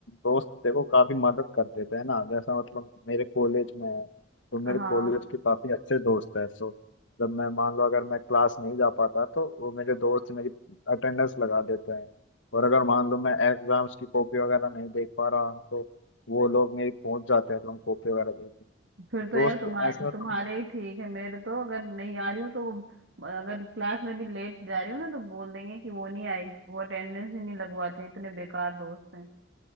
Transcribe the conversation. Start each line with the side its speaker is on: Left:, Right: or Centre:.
Left: दोस्त देखो काफी मदद कर देते हैं ना जैसा मतलब मेरे कॉलेज में है तो मेरे
Right: हाँ
Left: कॉलेज के काफी अच्छे दोस्त हैं तो जब मैं मान लो अगर मैं क्लास नहीं जा पाता तो वो मेरे दोस्त मेरी अटेंडेंस लगा देते हैं और अगर मान लो मैं एग्जाम्स की कॉपी वगैरह नहीं देख पा रहा तो वो लोग मेरी पहुंच जाते हैं मतलब कॉपी वगैरह देखने
Right: फिर तो
Left: दोस्त
Right: यार तुम्हारे
Left: ऐसे मतलब
Right: तुम्हारे ही ठीक है मेरे तो अगर नहीं आ रही हूँ तो वो- अगर क्लास में भी लेट जा रही हूँ ना तो बोल देंगे कि वो नहीं आई वो अटेंडेंस ही नहीं लगवाते इतने बेकार दोस्त हैं